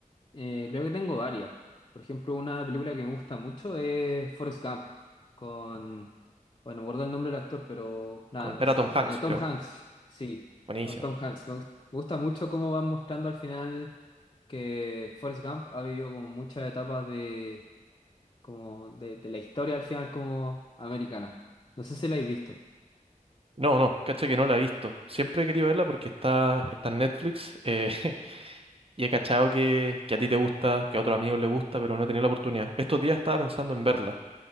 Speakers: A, on the left (about 35°); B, on the right (about 40°).
A: Eh, creo que tengo varias. Por ejemplo, una película que me gusta mucho es Forrest Gump, con... Bueno, no recuerdo el nombre del actor, pero nada,
B: Con, era
A: s-
B: Tom
A: s-
B: Hanks,
A: eh, Tom
B: creo.
A: Hanks, sí,
B: Buenísimo.
A: con Tom Hanks. Me, gust- me gusta mucho cómo van mostrando al final que Forrest Gump ha vivido como muchas etapas de, como de, de la historia al final como americana. No sé si la habéis visto.
B: No, no, cacha que no la he visto. Siempre he querido verla porque está, está en Netflix eh, <laughs> y he cachado que, que a ti te gusta, que a otros amigos les gusta, pero no he tenido la oportunidad. Estos días estaba pensando en verla.